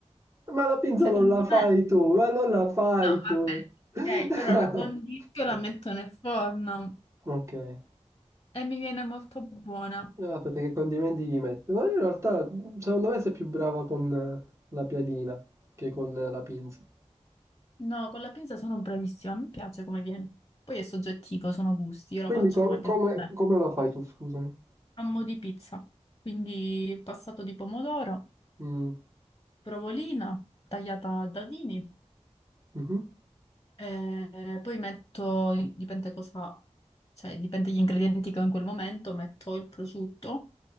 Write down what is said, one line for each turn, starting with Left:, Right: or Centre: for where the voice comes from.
Right: Ma la pinza
Left: Secondo
Right: non la fai
Left: me...
Right: tu, ma non la fai
Left: No,
Right: tu.
Left: vabbè,
Right: <laughs>
Left: ok, però la condisco e la metto nel forno
Right: Ok. Le-
Left: e mi viene molto buona.
Right: ah, Aspetta, che condimenti gli metto? Ma io in realtà, secondo me, sei più brava con eh, la piadina che con eh, la pinza.
Left: No, con la pinza sono bravissima, mi piace come viene. Poi è soggettivo, sono gusti, io
Right: Quindi
Left: lo faccio
Right: co-
Left: come
Right: come,
Left: piace a me.
Right: come la fai tu, scusami?
Left: Amo di pizza, quindi passato di pomodoro.
Right: Mm.
Left: provolina tagliata a dadini,
Right: Mhm.
Left: e poi metto, dipende cosa, cioè dipende gli ingredienti che ho in quel momento, metto il prosciutto